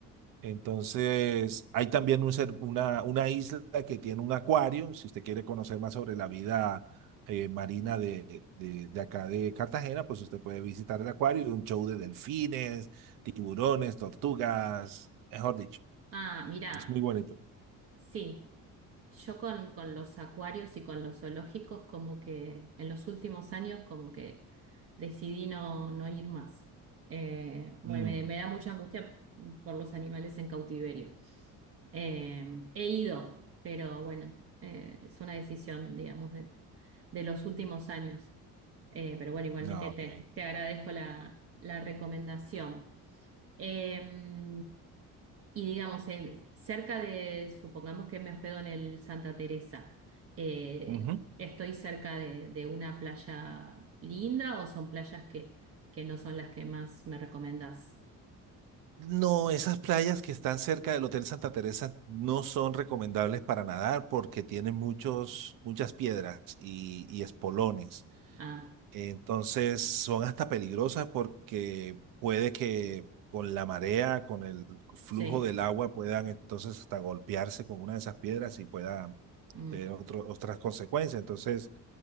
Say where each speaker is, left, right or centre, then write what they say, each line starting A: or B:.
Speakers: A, on the right; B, on the right.
A: Entonces, hay también un ser- una, una isla que tiene un acuario, si usted quiere conocer más sobre la vida eh, marina de, de, de acá de Cartagena, pues usted puede visitar el acuario y un show de delfines, tiburones, tortugas, mejor dicho,
B: Ah, mira.
A: es muy bonito.
B: Sí, yo con, con los acuarios y con los zoológicos como que en los últimos años como que decidí no, no ir más. Eh, bueno,
A: Ujú.
B: me, me da mucha angustia por los animales en cautiverio. Eh, he ido, pero bueno, eh, es una decisión, digamos, de, de los últimos años. Eh, pero bueno, igualmente
A: Ah, ok.
B: te, te agradezco la, la recomendación. Eh, y digamos, en- cerca de, supongamos que me hospedo en el Santa Teresa, eh,
A: Ujú.
B: ¿estoy cerca de, de una playa linda o son playas que, que no son las que más me recomendás?
A: No, esas playas que están cerca del Hotel Santa Teresa no son recomendables para nadar porque tienen muchos, muchas piedras y, y espolones.
B: Ah,
A: Entonces son hasta peligrosas porque puede que con la marea, con el flujo
B: sí.
A: del agua, puedan entonces hasta golpearse con una de esas piedras y pueda
B: Mm,
A: tener otro- otras consecuencias. Entonces,